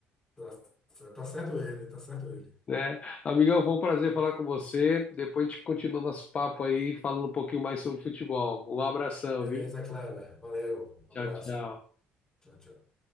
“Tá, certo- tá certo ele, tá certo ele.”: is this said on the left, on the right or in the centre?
Left